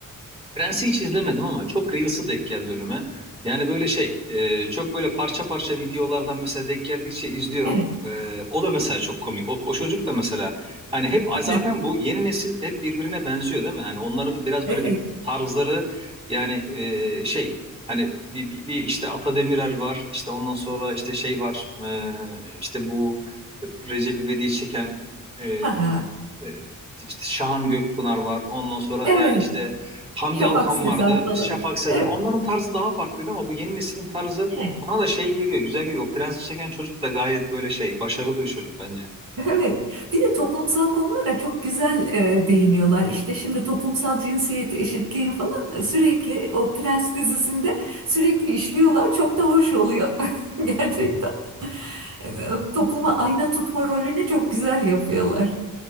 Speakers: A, on the right; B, on the right.
A: Prens'i hiç izlemedim ama çok Reels'ı denk geldi önüme. Yani böyle şey, e, çok böyle parça parça videolardan mesela denk geldikçe izliyorum.
B: Evet,
A: E, o da mesela çok komik. O, o çocuk da mesela hani hep zaten
B: evet,
A: bu yeni nesil hep birbirine benziyor değil mi? Hani onların biraz
B: evet.
A: böyle bir tarzları yani e, şey hani bir, bir, bir işte Ata Demirer var işte ondan sonra işte şey var e, işte bu Recep İvedik'i çeken e, e,
B: Ha ha.
A: işte Şahan Gökpınar var ondan sonra
B: Evet.
A: yani işte Hamdi
B: Şafak
A: Alkan
B: Sezer
A: vardı.
B: falan.
A: Şafak Sezer.
B: Evet,
A: Onların tarzı daha farklıydı ama bu yeni neslin tarzı
B: evet.
A: bana da şey geliyor. Güzel geliyor. O Prensi çeken çocuk da gayet böyle şey. Başarılı bir çocuk bence.
B: Evet. Bir de toplumsal konulara çok güzel e, değiniyorlar. İşte şimdi toplumsal cinsiyet eşitliğini falan sürekli o Prens dizisinde sürekli işliyorlar. Çok da hoş oluyor. <laughs> Gerçekten. E, Topluma ayna tutma rolünü çok güzel yapıyorlar.